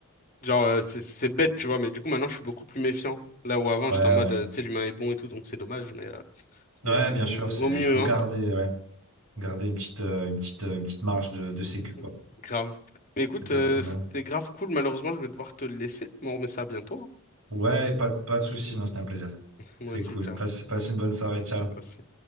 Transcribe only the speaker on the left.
genre, euh, c'est c'est bête, tu vois, mais du coup, maintenant, je suis beaucoup plus méfiant. Là où avant,
j'étais en mode,
euh, tu sais, l'humain est bon et tout, donc c'est dommage, mais euh, c'est,
c'est,
c'est- vaut
mieux,
hein.
<laughs>
Mhm.
Grave. Mais écoute,
euh,
c'était grave cool. Malheureusement, je vais devoir te laisser, mais on remet ça bientôt. hein.
Moi
aussi,
ciao.
Merci.